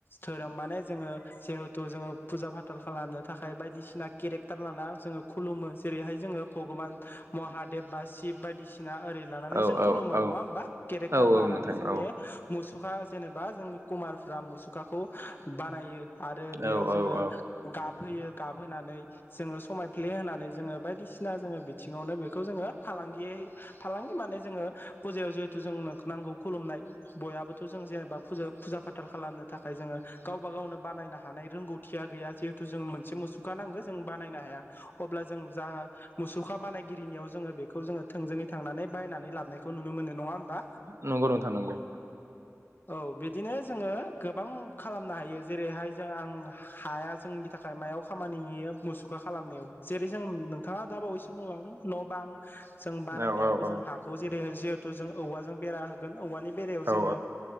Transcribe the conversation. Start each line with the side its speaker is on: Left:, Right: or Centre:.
Left: धोरोम माने जोङो जिहेथु जोङो फुजा फाथाल खालामनो थाखाय बायदिसिना केरेक्टार लाना जोङो खुलुमो जेरैहाय जोङो भगबान महादेब बा शिब बायदिसिना ओरै लानानै
Right: औ
Left: जों
Right: औ
Left: खुलुमो
Right: औ
Left: नङा होमबा केरेक्टार
Right: औ औ
Left: लानानै
Right: नोंथां
Left: जोंनि
Right: औ
Left: मुसुखा जेनेबा जोंनि कुमारफ्रा मुसुखाखौ बानायो। आरो बेयाव
Right: औ औ
Left: जोङो
Right: औ
Left: गाबहोयो गाबहोनानै जोङो समायफ्ले होनानै जोङो बायदिसिना जोङो बिथिङावनो बेखौ जोङो फालांगियै फालांगि माने जोङो फुजायाव जिहेथु जोंनो नांगौ खुलुमनाय बयाबोथ' जों जेनेबा फुज फुजा फाथाल खालामनो थाखाय जोङो गावबा गावनो बानायनो हानाय रोंगौथिया गैया जिहेथु जों मोनसे मुसुखा नांगौ जों बानायनो हाया अब्ला जों जा मुसुखा बानायगिरिनियाव जोङो बेखौ जोङो थोंजोङै थांनानै बायनानै लाबनाय खौ नुनो मोनो नङा होनबा
Right: नंगौ नोंथां नंगौ
Left: औ बिदिनो जोङो गोबां खालामनो हायो जेरैहाय जों आं हाया जोंनि थाखाय मायाव खामानि होयो मोसु खा खालामनायाव जेरै जों नोंथाङा दा बावैसो बुंलांदों न' बां जों बानायनायावबो
Right: औ औ औ
Left: जों हा खौ जेरै जिहेतु जों औवाजों बेरा होगोन औवानि बेरायाव
Right: औ
Left: जोङो